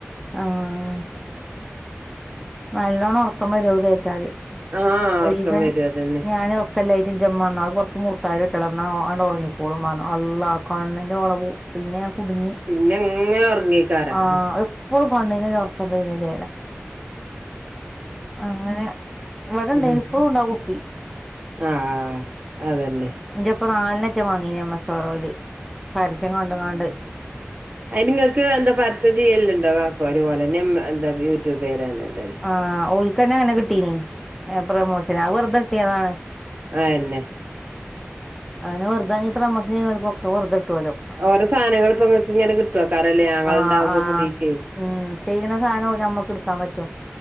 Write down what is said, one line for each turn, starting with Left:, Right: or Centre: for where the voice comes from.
Centre: ആഹ് നല്ലോണ്ണം ഒറക്കുമ്പോരും അത് തേച്ചാല്
Right: ആഹ്
Centre: ഒരു
Right: ഉറക്കം
Centre: ദിവസം
Right: വരും അതന്നെ
Centre: ഞാന് ഉറക്കമില്ലായിട്ട് ഇന്റ ഉമ്മ പറഞ്ഞു അത് കുറച്ച് മൂർത്തായില്. ഇട്ടാള ഇന്നാ അണ്ട് ഉറങ്ങിക്കോളും അള്ളാ കണ്ണിന്റെ പോള പൂ പിന്നെ കുടുങ്ങി
Right: പിന്നെ അങ്ങനെ ഉറങ്ങിക്കാരം
Centre: ആ എപ്പോഴും കണ്ണ്ന് ഒറക്കം വരുണ ചേലാ അങ്ങനെ ഇവിടെ
Right: ആഹ്
Centre: ഇണ്ടായിന് ഇപ്പളും ഉണ്ടാ കുപ്പി
Right: ആഹ് അത് തന്നെ
Centre: ഇന്റെ ഇപ്പ നാലെണ്ണം വാങ്ങീനീ എമ്മസോറോല് പരസ്യം കണ്ടങ്ങാണ്ട്
Right: അയ് നിങ്ങൾക്ക് എന്താ പരസ്യ ചെയ്യല്ലുണ്ടോ കാക്കോ ഓര് തന്നെ എന്താ യൂട്യൂബ് കാര് ആണല്ല
Centre: ആഹ് ഓൽക്കന്നെ അങ്ങനെ കിട്ടീനി പ്രൊമോഷന് വെറുതെ കിട്ടിയതാണ്
Right: ആയ് തന്നെ
Centre: അങ്ങനെ വെറുതെ വാങ്ങിപ്രമോഷൻ ചെയ്യുണോൽക്ക് ഒക്കെ വെറുതെ കിട്ടു വല്ലേ
Right: ഓരോ സാനങ്ങള് ഇപ്പൊങ്ങക്ക് ഇങ്ങനെ കിട്ടോ ക്കാരല്ലേ അങ്ങളണ്ടാവുമ്പോ
Centre: ആഹ് ആഹ്
Right: കുടീക്ക്
Centre: ഉം ചെയ്യണ സാനം ഓര് നമ്മക്ക് എടുക്കാൻ പറ്റു